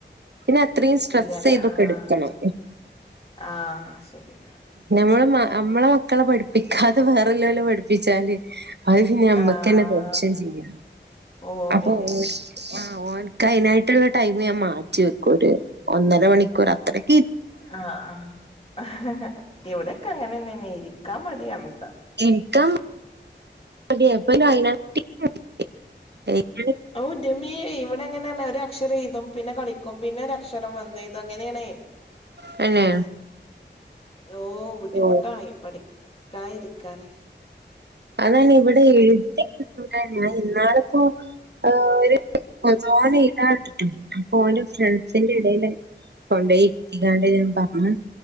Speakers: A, on the right; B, on the left.
A: ഇല്ല പിന്നെ അത്രയും സ്ട്രെസ്സ്
B: ഇല്ലല്ലേ
A: ഇതൊക്കെ
B: ആഹ്
A: എടുക്കണം
B: ആഹ് ശെരി
A: മ്മളുമ്മാ മ്മളെ മക്കളെ പഠിപ്പിക്കാതെ വേറെല്ലോലെ പഠിപ്പിച്ചാല് അത് പിന്നെ മ്മക്കന്നെ
B: ആഹ്
A: ദോഷം ചെയ്യാം
B: ഓ
A: അപ്പൊ
B: പിന്നെ
A: ഓ
B: ശരി
A: ആഹ് ഓന്ക്കായിനായിട്ടുള്ള ടൈമ് ഞാൻ മാറ്റി വെക്കും ഒര് ഒന്നര മണിക്കൂർ അത്രേം
B: ആഹ് ആഹ് ഇവിടൊക്കെ അങ്ങനെന്നെന്നെ ഇരിക്കാ മടിയാണ്‌ട്ടാ
A: ഇരിക്കാൻ <unintelligible>
B: ഓ ഇന്റമ്മേ ഇവിടെ അങ്ങനെന്നെ ഒരു അക്ഷരം എയ്തും പിന്നെ കളിക്കും പിന്നെ ഒര് അക്ഷരം വന്ന് എയ്തും അങ്ങനെയാണെ
A: തന്നെ
B: ഓഹ് ബുദ്ധിമുട്ടായി
A: ഓ
B: പഠിക്കാ ഇരിക്കാന്
A: അതാണ് ഇവിടെ എഴുതി <unintelligible> ഇന്നാളിപ്പോ ഓര് ഓൻ എയ്താണ്ടിട്ടും അപ്പൊ ഓന്റെ ഫ്രണ്ട്സിന്റെ ഇടേല് കൊണ്ടോയിരുത്തിക്കാണ്ട് ഞാൻ പറഞ്ഞു